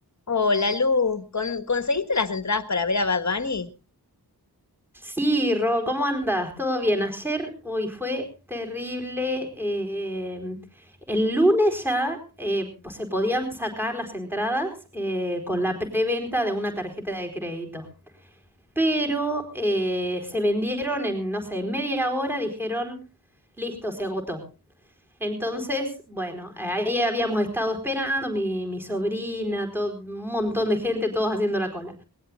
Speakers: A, on the left; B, in the centre.
A: Hola, Lu. ¿Con- ¿Conseguiste las entradas para ver a Bad Bunny?
B: Sí, Ro, ¿cómo andas? ¿Todo bien? Ayer, uy, fue terrible. em, el lunes ya eh, po- se podían sacar las entradas eh, con la preventa de una tarjeta de crédito, pero eh, se vendieron en, no sé, en media hora, dijeron, listo, se agotó. Entonces, bueno, eh, ahí habíamos estado esperando, mi, mi sobrina, todo, un montón de gente, todos haciendo la cola